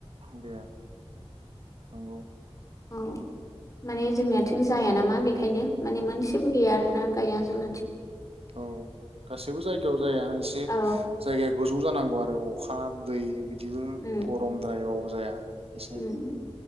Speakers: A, on the right (about 65°); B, on the left (about 30°).
A: दे नंगौ
B: औ माने जोंनिया थिं जाया नामा बेखायनो माने मोनसेबो गैया आरो ना गाया जोंनाथिं।
A: औ गासैबो जायगायाव जाया एसे
B: औ
A: जायगाया गु- नांगौ आरो अखा दै बि- -दिनो
B: उम
A: गरमद्रायाव जाया एसे
B: उम